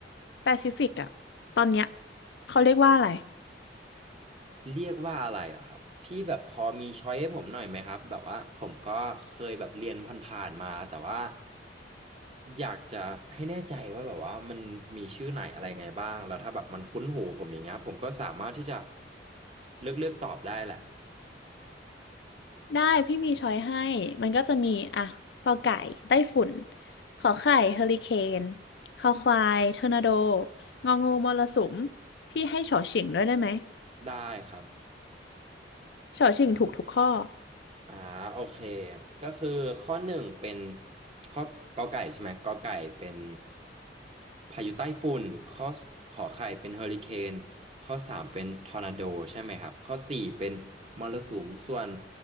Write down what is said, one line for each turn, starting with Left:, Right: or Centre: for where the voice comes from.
Left: แปซิฟิกอ่ะตอนเนี้ยเขาเรียกว่าอะไร
Right: เรียกว่าอะไรเหรอครับพี่แบบพอมีช้อยให้ผมหน่อยไหมครับแบบว่าผมก็เคยแบบเรียนผ่านๆมาแต่ว่าอยากจะให้แน่ใจว่าแบบว่ามันมีชื่อไหนอะไรไงบ้างแล้วถ้าแบบมันคุ้นหูผมอย่างเงี้ยผมก็สามารถที่จะเลือกเลือกตอบได้แหละ
Left: ได้พี่มีช้อยให้มันก็จะมีอ่ะกอไก่ไต้ฝุ่นขอไข่เฮอริเคนคอควายทอร์นาโดงองูมรสุมพี่ให้ฉอเฉียงด้วยได้ไหม
Right: ได้ครับ
Left: เฉาชิงถูกทุกข้อ
Right: อ่าโอเคก็คือข้อหนึ่งเป็นข้อกอไก่ใช่ไหมกอไก่เป็นพายุใต้ฝุ่นข้อขอไข่เป็นเฮอริเคนข้อสามเป็นทอร์นาโดใช่ไหมครับข้อสี่เป็นมรสุมส่วน